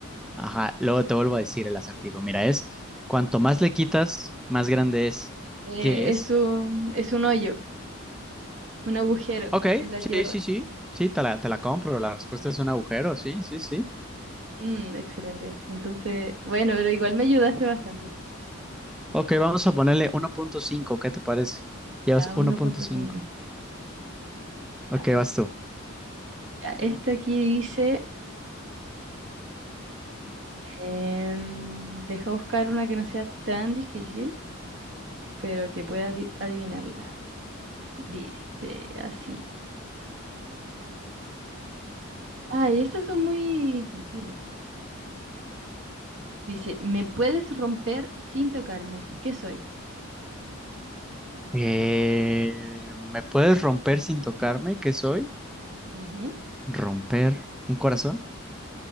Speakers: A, in the centre; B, on the right.
A: Ajá, luego te vuelvo a decir el acertijo. Mira, es cuanto más le quitas, más grande es.
B: Eh,
A: ¿Qué es?
B: es un, es un hoyo, un agujero
A: Ok,
B: en la
A: sí,
B: tierra.
A: sí, sí. Sí, te la, te la compro. La respuesta es un agujero. Sí, sí, sí.
B: Mm, excelente. Entonces, bueno, pero igual me ayudaste bastante.
A: Ok, vamos a ponerle uno punto cinco. ¿Qué te parece? Llevas
B: Ya,
A: uno
B: uno
A: punto
B: punto
A: cinco.
B: cinco. Ya,
A: Ok, vas tú.
B: ya. Esta aquí dice. Em, deja buscar una que no sea tan difícil, pero que puedas adi- adivinarla. Dice así. Ay, estas son muy infantiles. Dice, me puedes romper sin tocarme. ¿Qué soy?
A: Eh, ¿me puedes romper sin tocarme? ¿Qué soy?
B: Ujú.
A: ¿Romper un corazón?